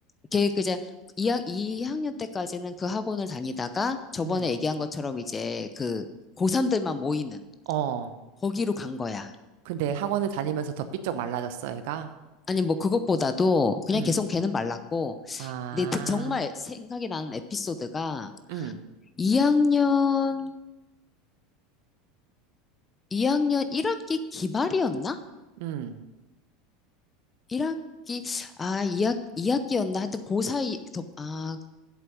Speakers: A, on the left; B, on the right.
A: 걔 그제 2학, 이학년 때까지는 그 학원을 다니다가 저번에
B: 음.
A: 얘기한 것처럼 이제 그 고3들만 모이는
B: 어.
A: 거기로 간 거야.
B: 근데 학원을 다니면서 더 삐쩍 말라졌어, 애가?
A: 아니 뭐 그것보다도 그냥
B: 음.
A: 계속 걔는 말랐고
B: 아.
A: 근데 대- 정말 생각이 나는 에피소드가
B: 음.
A: 2학년 이학년 1학기 기말이었나?
B: 음.
A: 1학기 아 2학 2학기였나? 하여튼 고 사이 아